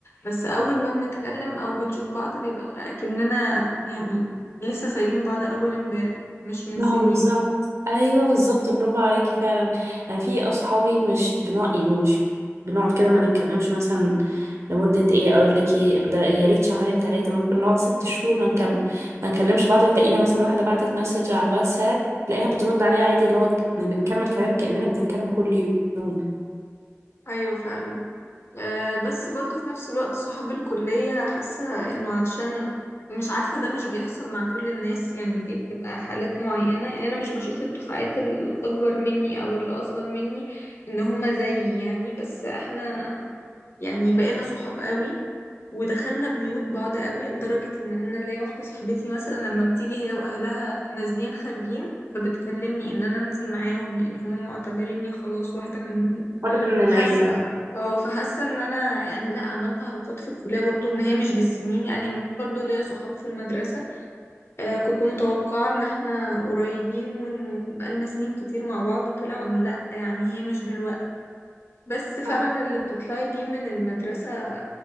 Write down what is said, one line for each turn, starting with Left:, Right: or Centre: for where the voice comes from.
Left: بس أول ما بنتكلم أو بنشوف بعض بيبقى أكننا يعني لسه سايبين بعض أول امبارح مش من
Right: ما
Left: سنين
Right: هو بالظبط ايوه بالظبط برافو عليكي فعلا انا في اصحابي مش بنوع يعني مش بنقعد كده ما نتكلمش مثلا لمده ايه اقول لك ايه ده يا ريت شهرين ثلاثه ممكن نقعد ست شهور ما نكم... ما نكلمش بعض وتلاقينا مثلا واحده بعتت مسج على الواتساب تلاقيها بترد عليها عادي اللي هو ك- بنكمل كلام كاننا بنتكلم كل يوم
Left: أيوة فعلا أه بس برضو في نفس الوقت صحاب الكلية حاسة انه عشان مش عارفة ده مش بيحصل مع كل الناس يعني دي بتبقى حالات معينة يعني انا مش بشوف الدفعات الاكبر مني او اللي اصغر مني ان هما زيي يعني بس احنا يعني بقينا صحاب قوي ودخلنا بيوت بعض قوي لدرجة ان انا ليا واحدة صاحبتي مثلا لما بتيجي هي واهلها نازلين خارجين فبتكلمني ان انا انزل معاهم يعني هما معتبريني خلاص واحدة منهم
Right: فرد من
Left: فحاسه
Right: العيلة
Left: اه فحاسه ان انا يعني لا عملت علاقات في الكليه برضو ان هي مش بالسنين يعني برضو ليا صحاب في المدرسه آه كنت متوقعه ان احنا قريبين وانه بقالنا سنين كتير مع بعض طلع انه لا يعني هي مش بالوقت بس فعلا
Right: صح
Left: اللي بتطلعي بيه من المدرسه